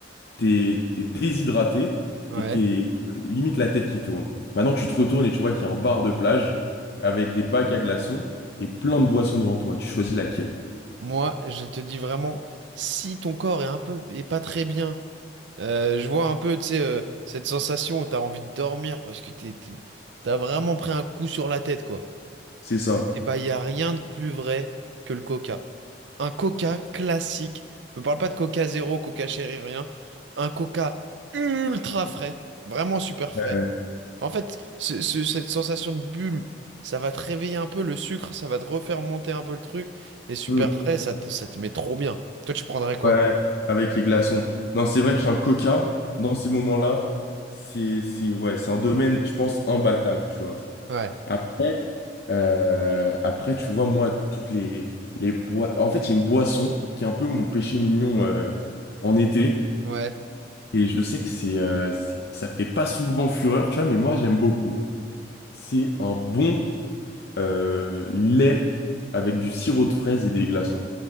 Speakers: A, on the left; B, on the right.
A: T'es, t'es déshydraté,
B: Ouais.
A: et t'es limite la tête qui tourne. Maintenant, tu te retournes et tu vois qu'il y a un bar de plage avec des packs à glaçons et plein de boissons devant toi. Tu choisis laquelle.
B: Moi, je te dis vraiment, si ton corps est un peu, est pas très bien. Euh, je vois un peu, tu sais, euh, cette sensation où t'as envie de dormir parce que t'es, t'es- t'as vraiment pris un coup sur la tête, quoi.
A: C'est ça.
B: Et bah, y a rien de plus vrai que le coca. Un coca classique. Me parle pas de coca zéro, coca chéri, rien. Un coca ultra frais. Vraiment super frais.
A: Euh,
B: En fait, ce- ce- cette sensation de bulle, ça va te réveiller un peu le sucre, ça va te refaire monter un peu le truc. Et super
A: hmm,
B: frais, ça te, ça te met trop bien. Toi, tu prendrais quoi?
A: ouais, avec les glaçons. Non, c'est vrai qu'un coca, dans ces moments-là, c'est, c'est, ouais, c'est un domaine, je pense, imbattable, tu vois.
B: Ouais.
A: Après, Euh, après, tu vois, moi, toutes les, les bois En fait, il y a une boisson qui est un peu mon péché mignon euh, en été.
B: Ouais.
A: Et je sais que c'est, euh, c'est- ça fait pas souvent fureur, tu vois, mais moi, j'aime beaucoup. C'est un bon euh, lait avec du sirop de fraise et des glaçons.